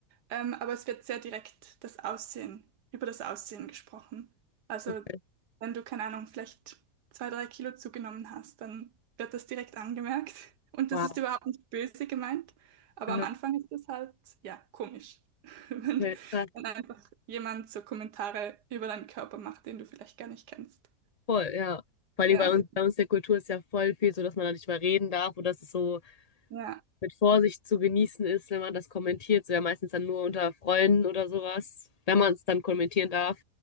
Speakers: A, on the right; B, on the left.
A: Ähm, aber es wird sehr direkt das Aussehen, über das Aussehen gesprochen. Also,
B: Okay.
A: wenn du, keine Ahnung, vielleicht zwei, drei Kilo zugenommen hast, dann wird das direkt angemerkt. <laughs> Und
B: Wow.
A: das ist überhaupt nicht böse gemeint, aber
B: Aha.
A: am Anfang ist das halt, ja, komisch, <laughs> wenn,
B: Okay. Krass.
A: wenn einfach jemand so Kommentare über deinen Körper macht, den du vielleicht gar nicht kennst.
B: Voll, ja. Vor allem
A: Genau,
B: bei uns,
A: das,
B: bei uns der Kultur ist ja voll viel so, dass man da nicht mehr reden darf oder dass es so
A: ja,
B: mit Vorsicht zu genießen ist, wenn man das kommentiert. So ja meistens dann nur unter Freunden oder sowas, wenn man es dann kommentieren darf.